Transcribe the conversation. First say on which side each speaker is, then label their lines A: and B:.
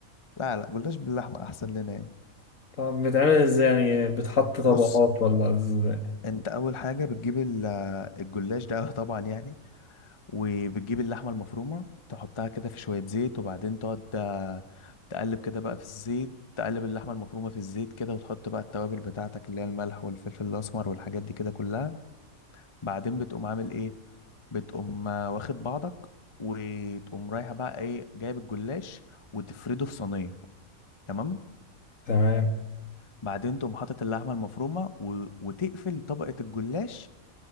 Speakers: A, on the left; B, on the left.
A: لا لا جلاش باللحمة احسن لنا يعني
B: طب بتعمل ازاي يعني بتحط طبقات
A: بص
B: ولا ازاي
A: انت اول حاجة بتجيب ال- آه، الجلاش ده <laughs> طبعا يعني وبتجيب اللحمة المفرومة تحطها كده في شوية زيت وبعدين تقعد آه، تقلب كده بقى في الزيت تقلب اللحمة المفرومة في الزيت كده وتحط بقى التوابل بتاعتك اللي هي الملح والفلفل الأسمر والحاجات دي كده كلها بعدين بتقوم عامل ايه بتقوم آه، واخد بعضك وتقوم رايحة بقى ايه جايب الجلاش وتفرده في صينية تمام
B: تمام
A: بعدين تقوم حاطط اللحمة المفرومة و... وتقفل طبقة الجلاش